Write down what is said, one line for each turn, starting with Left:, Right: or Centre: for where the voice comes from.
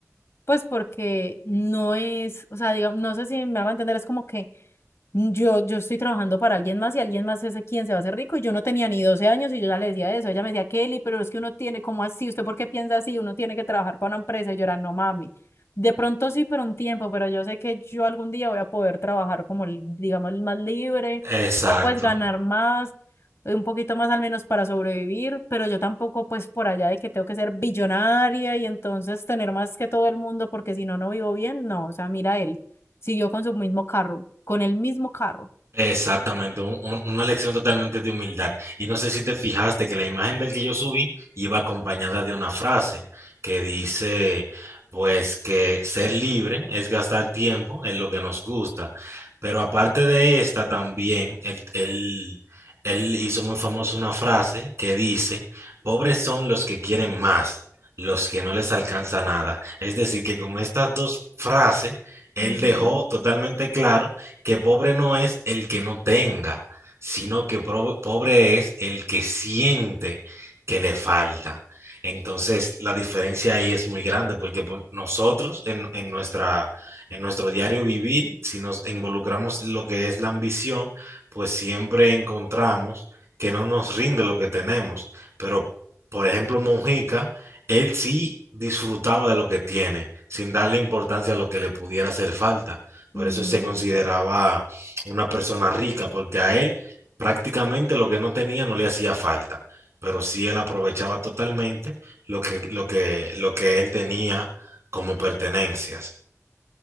Left: pues porque no es, o sea, digamos, no sé si me hago entender, es como que mm, Yo, yo estoy trabajando para alguien más y alguien más es quien se va a hacer rico y yo no tenía ni 12 años y yo ya le decía eso. Ella me decía, Kelly, pero es que uno tiene, ¿cómo así? ¿Usted por qué piensa así? Uno tiene que trabajar para una empresa y yo era, no mami. De pronto sí, pero un tiempo, pero yo sé que yo algún día voy a poder trabajar como, li- digamos, más libre
Right: exacto.
Left: o pues ganar más, eh, un poquito más al menos para sobrevivir, pero yo tampoco pues por allá de que tengo que ser billonaria y entonces tener más que todo el mundo porque si no, no vivo bien. No, o sea, mira él. Siguió con su mismo carro, con el mismo carro.
Right: Exactamente, un- un- una lección totalmente de humildad. Y no sé si te fijaste que la imagen del que yo subí iba acompañada de una frase que dice, pues que ser libre es gastar tiempo en lo que nos gusta. Pero aparte de esta también, él, él, él hizo muy famosa una frase que dice, pobres son los que quieren más, los que no les alcanza nada. Es decir, que con estas dos frases, él
Left: Ujú,
Right: dejó totalmente claro que pobre no es el que no tenga, sino que pro- pobre es el que siente que le falta. Entonces, la diferencia ahí es muy grande porque pues, nosotros en, en nuestra, en nuestro diario vivir, si nos involucramos lo que es la ambición, pues siempre encontramos que no nos rinde lo que tenemos. Pero, por ejemplo, Mojica, él sí disfrutaba de lo que tiene, sin darle importancia a lo que le pudiera hacer falta. Por
Left: ujú,
Right: eso se consideraba una persona rica, porque a él prácticamente lo que no tenía no le hacía falta, pero sí él aprovechaba totalmente lo que, lo que, lo que él tenía como pertenencias.